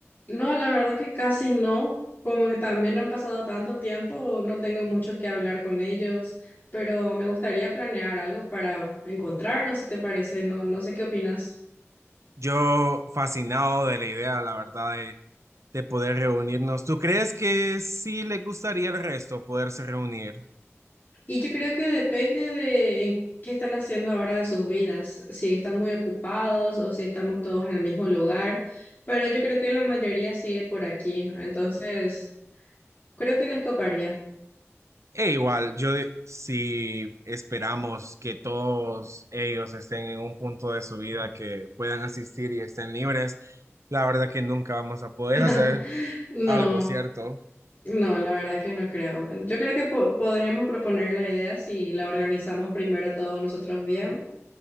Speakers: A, on the left; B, on the right.
A: no, la verdad que casi no, como que también han pasado tanto tiempo, no tengo mucho que hablar con ellos, pero me gustaría planear algo para encontrarnos, si te parece, no, no sé qué opinas.
B: Yo fascinado de la idea, la verdad, de, de poder reunirnos. ¿Tú crees que sí les gustaría al resto poderse reunir?
A: Y yo creo que depende de en qué están haciendo ahora de sus vidas, si están muy ocupados o si estamos todos en el mismo lugar, pero yo creo que la mayoría sigue por aquí, entonces creo que les coparía.
B: E igual, yo di- si esperamos que todos ellos estén en un punto de su vida que puedan asistir y estén libres, la verdad que nunca vamos a poder
A: <laughs>
B: <laughs> hacer
A: No.
B: algo, ¿cierto?
A: No, la verdad que no creo. Yo creo que po- podríamos proponer la idea si la organizamos primero todos nosotros bien